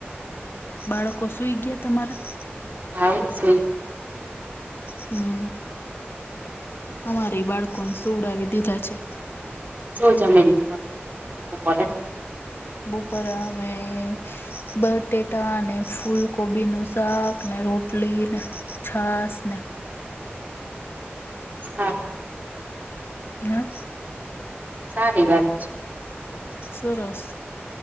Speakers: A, on the left; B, on the right.
A: બાળકો સુઈ ગ્યા તમારા.
B: હાલ સુઈ
A: હમ અમારેય બાળકો ન સુવડાવી દીધા છે.
B: શું જમી <inaudible>
A: બપોરે અમે બટેટા ને ફૂલકોબી નું શાક ને રોટલી ને છાસ ને
B: હા.
A: ના
B: સારી વાત છે.
A: સરસ